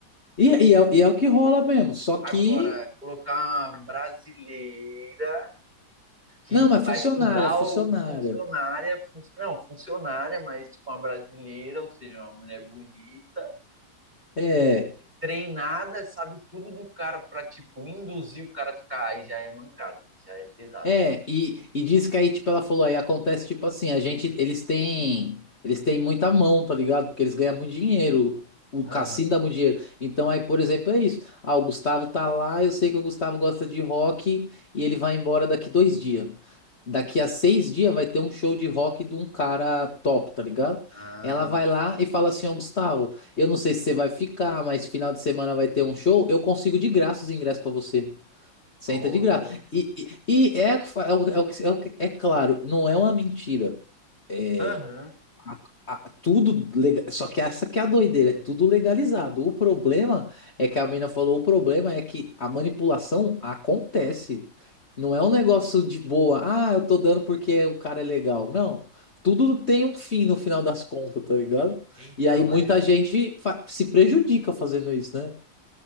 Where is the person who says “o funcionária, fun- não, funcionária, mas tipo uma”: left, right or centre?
Right